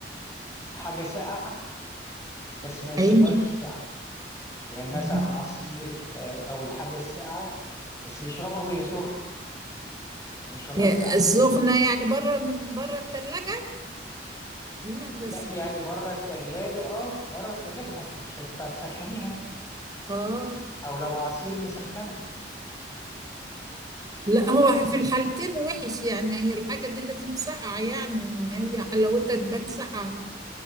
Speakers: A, on the left; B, on the right.
A: حاجة ساقعة بس ما يشربهاش
B: حلو
A: ساقعة يعني مثلا
B: يعني
A: عصير آه او الحاجة الساقعة بس يشربها وهي سخنة ما يشربهاش
B: إيه،
A: ساقعة
B: السخنة يعني بره من بره الثلاجة لا ده
A: لا
B: س-
A: يعني بره الثلاجة اه بره الثلاجة ما هو مش هتنفع تسخنيها
B: اه
A: او لو عصير نسخنه
B: لا هو في الحالتين وحش يعني هي الحاجة دي لازم ساقعة يعني هي حلاوتها تبان ساقعة